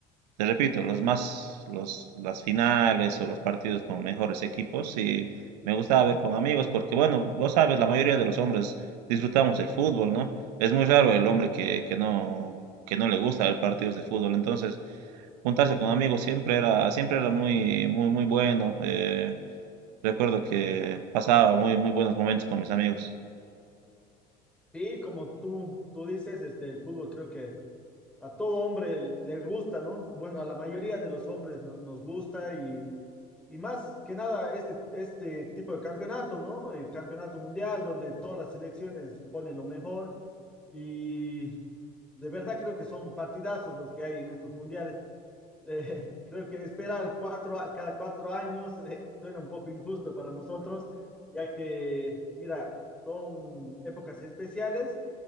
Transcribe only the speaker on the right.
Te repito, los más, los, las finales o los partidos con mejores equipos, y me gustaba ver con amigos, porque bueno, vos sabes, la mayoría de los hombres disfrutamos del fútbol, ¿no? Es muy raro el hombre que, que no, que no le gusta ver partidos de fútbol. Entonces, juntarse con amigos siempre era, siempre era muy, muy, muy bueno. Eh, recuerdo que pasaba muy, muy buenos momentos con mis amigos.